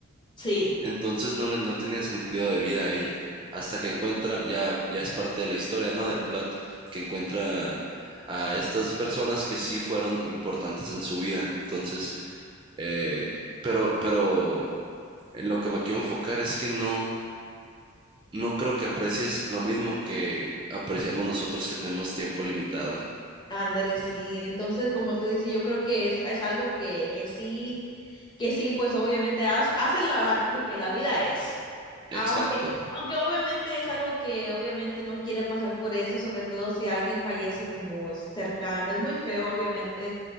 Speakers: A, on the left; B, on the right.
A: sí.
B: Entonces no, le- no tenía sentido de vida a ella. Hasta que encuentra, ya, ya es parte de la historia, ¿no? Del plot, que encuentra a estas personas que sí fueron importantes en su vida. Entonces, eh, pero, pero en lo que me quiero enfocar es que no, no creo que aprecies lo mismo que apreciamos nosotros que tenemos tiempo limitado.
A: Ándale, sí. Entonces, como tú dices, yo creo que es, es algo que, que sí, que sí, pues obviamente haz- hace la- la- lo que la vida es. Aunque,
B: Exacto.
A: aunque obviamente es algo que obviamente no quiere pasar por eso, sobre todo si alguien fallece como cercano. Es muy feo, obviamente,